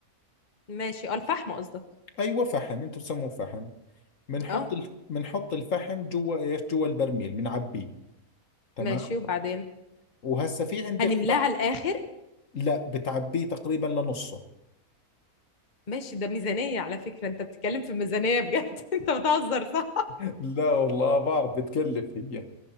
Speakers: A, on the left; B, on the left.
A: ماشي اه الفحم قصدك
B: ايوه فحم انتم بسموه فحم بنحط
A: اه
B: الف- بنحط الفحم جوا ايش جوا البرميل بنعبيه تمام
A: ماشي وبعدين
B: وهسا في عندك
A: هنملاه
B: ق-
A: على الاخر
B: لا بتعبيه تقريبا لنصه
A: ماشي ده ميزانية على فكرة انت بتتكلم في ميزانية بجد <laughs> انت بتهزر صح
B: <laughs> لا والله بعرف بتكلف هي